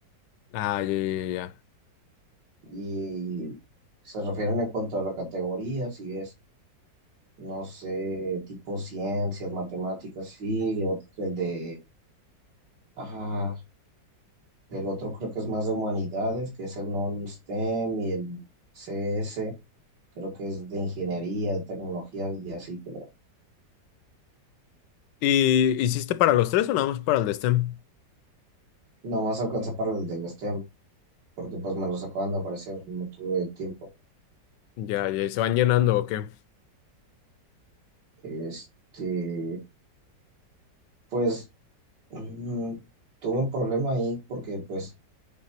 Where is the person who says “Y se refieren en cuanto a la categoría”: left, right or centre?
Right